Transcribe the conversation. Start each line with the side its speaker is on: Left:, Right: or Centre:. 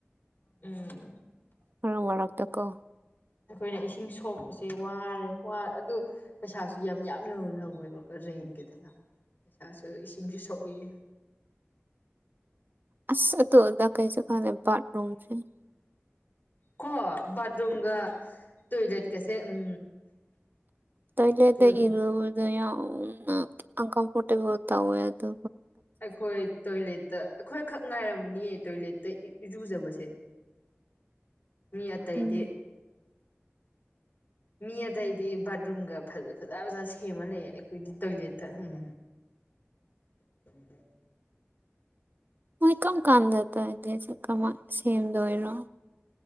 Left: ꯎꯝ
Right: <unintelligible> ꯋꯥꯔꯛꯇ ꯀꯣ
Left: ꯑꯩꯈꯣꯏꯅ ꯏꯁꯤꯡ ꯁꯣꯛꯄꯁꯦ ꯋꯥꯔꯦ ꯑꯗꯨ ꯄꯩꯁꯥꯁꯨ ꯌꯥꯝ ꯌꯥꯝ ꯂꯧꯋꯦꯕ ꯔꯦꯟꯒꯤꯗꯨꯗ ꯄꯩꯁꯥꯁꯨ ꯏꯁꯤꯡꯁꯨ ꯁꯣꯛꯏꯦ
Right: ꯑꯗꯨ ꯑꯗꯥ ꯀꯩꯁꯨ ꯈꯥꯟꯅꯥ <unintelligible>
Left: ꯀꯣ ꯕꯥꯠꯔꯨꯝꯒꯥ ꯇꯣꯏꯂꯦꯠ ꯀꯩꯁꯦ ꯎꯝ
Right: ꯇꯣꯏꯂꯦꯗ
Left: ꯄꯨꯜ
Right: ꯏꯔꯕꯥꯗꯨ ꯌꯥꯝ ꯑꯟꯀꯝꯐꯔꯇꯦꯕꯜ ꯇꯋꯦ ꯑꯗꯨ
Left: ꯑꯩꯈꯣꯏ ꯇꯣꯏꯂꯦꯠꯇ ꯑꯩꯈꯣꯏꯈꯛ ꯉꯥꯏꯔꯝꯃꯅꯤꯌꯦ ꯇꯣꯏꯂꯦꯠꯇ ꯏꯔꯨꯖꯕꯁꯦ ꯃꯤ ꯑꯇꯩꯗꯤ
Right: ꯎꯝ
Left: ꯃꯤ ꯑꯇꯩꯗꯤ ꯕꯥꯠꯔꯨꯝꯒ ꯐꯖ ꯐꯖꯅ ꯁꯦꯝꯃ ꯂꯩ ꯑꯩꯈꯣꯏꯗꯤ ꯇꯣꯏꯂꯦꯠꯇꯥ ꯍꯨꯝ <unintelligible> <inaudible>
Right: ꯃꯣꯏ ꯀꯝ ꯀꯥꯟꯗ ꯇꯣꯏꯂꯦꯠ ꯁꯦ ꯀꯃꯥꯏꯟ ꯁꯦꯝꯗꯣꯏꯔꯣ